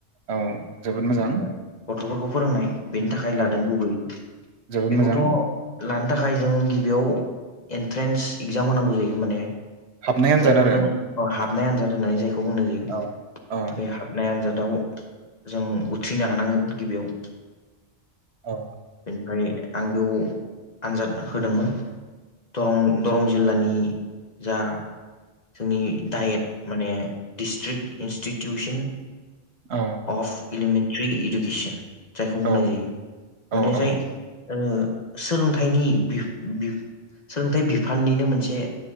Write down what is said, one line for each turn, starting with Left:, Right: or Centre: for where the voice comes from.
Right: औ जोबोद मोजां।
Left: माने गथ'फोरखौ फोरोंनाय बेनि थाखाय लादों
Right: औ
Left: गुबै
Right: जोबोद
Left: बेखौथ'
Right: मोजां
Left: लानो थाखाय जों गिबियाव एन्ट्रेन्स एगजाम होनांगौ जायो माने
Right: हाबनाय आनजाद
Left: जायखौ
Right: आरो
Left: जों ओ हाबनाय
Right: औ
Left: आन्जाद होननानै जायखौ बुंनाय जायो
Right: औ औ
Left: बे हाब नाय आनजादाव जों उथ्रिनो हानांगोन गिबियाव।
Right: औ।
Left: बेनिफ्राय आं बेयाव आनजाद होदोंमोन। दरं-दरं जिल्लानि जा जोंनि डायेट माने डिस्ट्रिक्ट इन्स्टिटिउसन
Right: औ।
Left: अफ एलिमेन्टारि इडुकेसन जायखौ बुंनाय
Right: औ
Left: जायो
Right: औ
Left: माने
Right: औ
Left: जाय ओ सोलोंथाइनि बिफ-बिफ सोलोंथाइ बिफाननिनो मोनसे